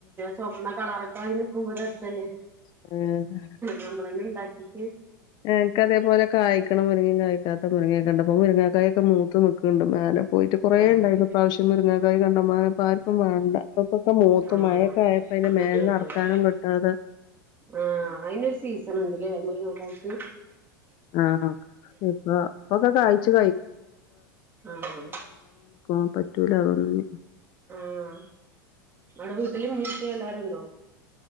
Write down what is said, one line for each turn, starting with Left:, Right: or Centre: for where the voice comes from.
Right: ചുവന്ന കളറൊക്കെ ആയി നിക്കുമ്പോള് രസല്ലേ.
Left: ആഹ്
Right: ഞമ്മളെന്നെ ണ്ടാക്കീട്ട്
Left: എൻക്കതെ പോലെ ക്കെ കായ്ക്ക് മുരിങ്ങി കായ്ക്കാത്ത മുരിങ്ങക്കണ്ടപ്പോ മുരങ്ങക്കായൊക്കെ മൂത്ത് നിക്ക്ണ്ട് മേലെ പോയിട്ട് കൊറേയിണ്ടാരുന്ന്
Right: ആഹ്
Left: ഇപ്രാവിശ്യം. മുരിങ്ങക്കായി കണ്ടമാനം പ്പാർക്കും വേണ്ട. <unintelligible>
Right: ആഹ്
Left: മഴൊക്കെയപ്പോ അയ്ൻ
Right: മുരിങ്ങക്കായി
Left: മേലെടക്കാനും പറ്റൂല.
Right: ആഹ് അയിന് ര് സീസൺ ണ്ട് ലെ <unintelligible> നോക്കാനയിട്ട്.
Left: ആഹ് ഇപ്പൊ പ്പോ ക്കെ കായ്ച്ചു.
Right: ആഹ്
Left: പറ്റൂല <unintelligible>
Right: ആഹ് ങ്ങളെ വീട്ടില് ഉമ്മീം പ്പിയ് എല്ലരുണ്ടോ?